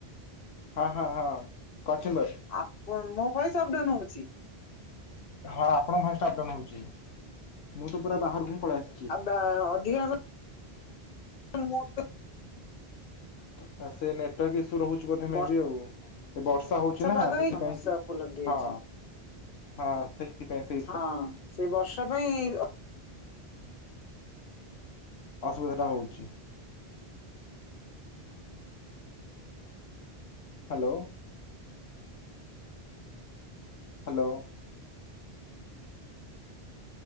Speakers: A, on the left; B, on the left.
A: ହଁ ହଁ ହଁ କଚୁମ୍ବର।
B: ଆପ ମୋ ଭଏସ୍ ଅପ୍ ଡାଉନ୍ ନଉଚି?
A: ହ ଆପଣଙ୍କ ଭଏସ୍ ଟା ଅପ୍ ଡାଉନ୍ ହଉଚି ମୁଁ ତ ପୁରା ବାହାରକୁ ହିଁ ପଳେ ଆସଚି।
B: ଡ଼ା ଅଧିକାଂଶ <unintelligible>
A: ତା ସେ ନେଟୱାର୍କ ଇସୁ ରହୁଚି ବୋଧେ ମେ
B: ବର୍ଷା
A: ବି ଆଉ। ବର୍ଷା ହଉଚି ନା
B: ପାଗ
A: ସେଥିପାଇଁ
B: ହେଇ ସମସ୍ୟା
A: କି
B: ଉପଲବ୍ଧି ହେଇଛି।
A: ହ ହ ସେଥିପାଇଁ ସେ
B: ହଁ ସେ ବର୍ଷା ପାଇଁ <unintelligible> ଅ
A: ଅସୁବିଧାଟା ହଉଚି। ହାଲୋ। ହାଲୋ।